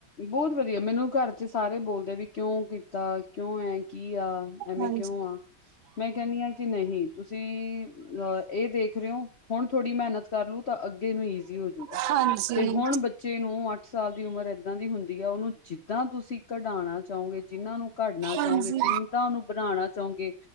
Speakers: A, on the left; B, on the right.
A: ਬਹੁਤ ਵਧੀਆ ਮੈਨੂੰ ਘਰ ਚ ਸਾਰੇ ਬੋਲਦੇ ਵੀ ਕਿਉਂ? ਤਾਂ ਕਿਉਂ ਐ? ਕੀ ਆ? ਐਵੇਂ
B: ਹਾਂਜੀ।
A: ਕਿਉਂ ਆ? ਮੈਂ ਕਹਿੰਦੀ ਹਾਂ ਕਿ ਨਹੀਂ ਤੁਸੀਂ ਅਹ ਇਹ ਦੇਖ ਰਹੇ ਹੋ ਹੁਣ ਥੋੜੀ ਮਿਹਨਤ ਕਰ ਲੂ ਤਾਂ ਅੱਗੇ ਨੂੰ ਇ ਜ਼ੀ ਹੋਜੂਗਾ
B: ਹਾਂਜੀ,
A: ਤੇ ਹੁਣ ਬੱਚੇ ਨੂੰ ਅੱਠ ਸਾਲ ਦੀ ਉਮਰ ਏਦਾਂ ਦੀ ਹੁੰਦੀ ਆ ਉਹਨੂੰ ਜਿੱਦਾਂ ਤੁਸੀਂ ਕਢਾਉਣਾ ਚਾਹੋਗੇ ਜਿਹਨਾਂ ਨੂੰ ਪੜਨਾ ਚਾਹੋਗੇ
B: ਹਾਂਜੀ,
A: ਜਿੰਦਾਂ ਉਹਨੂੰ ਬਣਾਉਣਾ ਚਾਹੋਗੇ